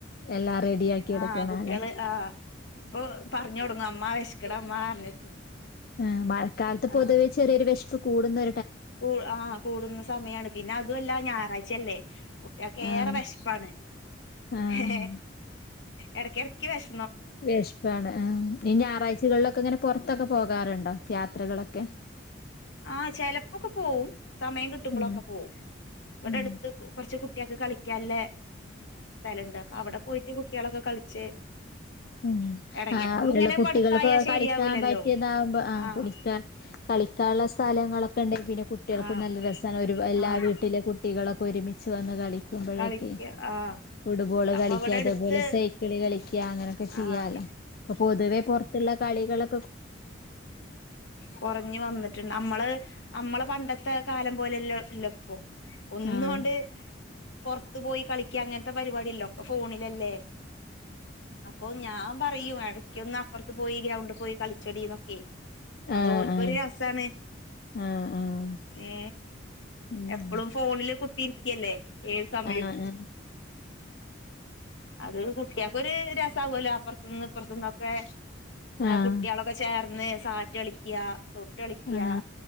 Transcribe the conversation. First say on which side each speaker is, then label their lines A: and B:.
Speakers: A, on the left (about 50°); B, on the left (about 70°).
A: എല്ലാം റെഡിയാക്കി എടുക്കണല്ലേ
B: ആഹ് കുട്ടികള് ആഹ ഇപ്പൊ പറഞ്ഞ കൊടുങ്ങും അമ്മ വേശക്ക്ണ് അമ്മ പറഞ്ഞിട്ട്
A: ആ മഴക്കാലത്ത് പൊതുവെ
B: ആഹ്
A: ചെറിയൊരു വിശപ്പ് കൂടുന്നൊ
B: കൂ ആഹ് കൂടുന്ന സമയാണ് പിന്നെ അതുമല്ല ഞായറാഴ്ചയല്ലേ കുട്ടികൾക്ക്
A: ആഹ്
B: ഏറെ വിശപ്പാണ്
A: ആഹ്
B: ഏ ഇടക്കിടക്ക് വിശ
A: വിശപാണ് ഇനി ഞായറാഴ്ചകളിലൊക്കെ ഇങ്ങനെ പുറത്തൊക്കെ പോകാറുണ്ടോ യാത്രകളൊക്കെ
B: ആഹ ചെലപ്പോൊക്കെ പോവും സമയം കിട്ടുമ്പോളൊക്കെ
A: ഉം
B: പോവും ഇവിടെ
A: ഉം
B: അടുത്ത് കുറച്ച് കുട്ടി ഒള്ക്ക് കളിക്കാനുള്ള സ്ഥലുണ്ട് അപ്പൊ അവിടെ പോയിട്ട് കുട്ടികളൊക്കെ കളിച്ച്
A: ഉ
B: എട
A: ആ
B: എപ്പളും
A: അവിടെള്ള
B: ഇങ്ങനെ
A: കുട്ടികൾക്ക്
B: പടുത്തായാ ശരിയാവൂലല്ലോ
A: കളിക്കാൻ പറ്റിയതാവുമ്പോ ആ
B: ആഹ്
A: കളിക്കാ കള കളിക്കണ്ടസ്ഥലങ്ങളൊക്കെ ഉണ്ടെങ്കിൽ പിന്നെ കുട്ടികൾക്കും
B: ആഹ്
A: നല്ല രസമാണ് ഒരു എല്ലാ
B: ആഹ്
A: വീട്ടിലെ കുട്ടികളൊക്കെ ഒരുമിച്ച് വന്ന് കളിക്കുമ്പോഴൊക്കെ
B: കളിക്ക ആഹ്
A: ഫുട്ബോൾ
B: അപ്പൊ
A: കളിക്ക
B: ഇവിടെ
A: അതേപോലെ
B: എടുത്ത്
A: സൈക്കിള് കളിക്ക അങ്ങനെഒക്കെ ചിയാലോപൊതുവെ
B: ആഹ്
A: പുറത്തുള്ള കളികളൊ
B: കൊറഞ്ഞു വന്നിട്ടുണ്ട് നമ്മള് നമ്മള പണ്ടത്തെ കാലം പോലെല്ലല്ല ഇപ്പോൊ ഒന്നുകൊണ്ട്
A: ആഹ്
B: പുറത്ത് പോയി കളിക്ക അങ്ങനത്തെ പരിപാടില്ലോക്കെ ഫോണിലല്ലേ അപ്പൊ ഞാൻ പറയ ഇടക്കൊന്ന് അപ്പുറത്ത് പോയി ഗ്രൗണ്ട് പോയി കളിച്ചോടിന്നൊക്കെ അതോ
A: ആഹ്
B: ല് ക്കരു
A: ആഹ്
B: രസാണ്
A: ആഹ് ആഹ്
B: ഏ
A: ഉം
B: എപ്പഴും ഫോണില് കുതി കുത്തിരിക്കല്ലേ ഏത് സമയവും
A: ആഹ് ആഹ്
B: അത് കുട്ടിയക്കൊ ഒരു രസകുമല്ലോ അപ്പറത്തുനിന്ന് ഇപ്പുറത്തു നിന്നൊക്കെ
A: ആഹ്
B: കുട്ടികളൊക്കെ ചേർന്ന് സാറ്റ് കളിക്കുക തൊട്ട് കളിക്കാ
A: ആഹ്